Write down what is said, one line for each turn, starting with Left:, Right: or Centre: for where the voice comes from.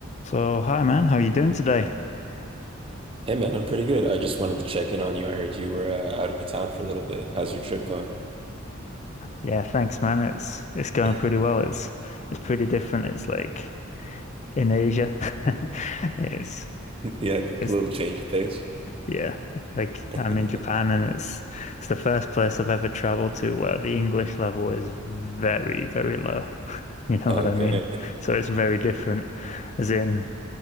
Left: So, hi man, how are you doing today?
Right: Hey man, I'm pretty good. I just wanted to check in on you. I heard you were uh, out of town for a little bit. How's your trip going?
Left: Yeah, thanks man. It's it's going
Right: <laughs>
Left: pretty well. It's it's pretty different. It's like in Asia. <laughs> It's
Right: Yeah, a
Left: it's
Right: little change of pace.
Left: yeah, like
Right: <laughs>
Left: I'm in Japan and it's it's the first place I've ever traveled to where the English level is very, very low. <laughs> You know
Right: Okay.
Left: what I mean? So it's very different as in